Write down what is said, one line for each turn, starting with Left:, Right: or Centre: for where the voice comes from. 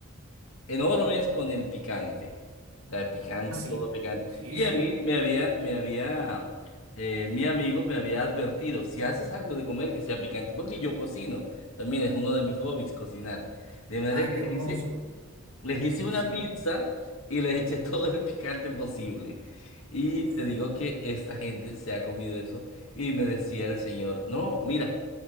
Left: enormes con el picante. La de picante,
Right: Ah, sí,
Left: todo picante.
Right: sí,
Left: Y
Right: sí.
Left: a mí me había, me había, eh, mi amigo me había advertido, si haces algo de comer que sea picante, porque yo cocino, también es uno de mis hobbies cocinar. De manera
Right: Ah,
Left: que
Right: qué
Left: les
Right: hermoso.
Left: hice, les hice una
Right: Sí.
Left: pizza y les eché <laughs> todo el picante posible. Y
Right: Uf.
Left: te digo que esta gente se ha comido eso y me decía el señor, no, mira.